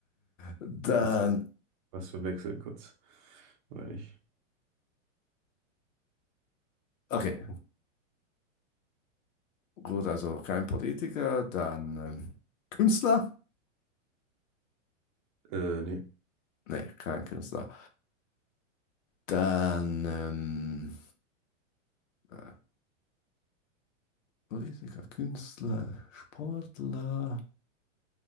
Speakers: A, on the left; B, on the right.
A: Dann,
B: Was, ver- was verwechselt kurz. Weil ich.
A: okay, gut, also kein Politiker, dann ähm, Künstler?
B: Äh, nee,
A: Nee, kein Künstler. Dann, ähm, äh, Politiker, Künstler, Sportler.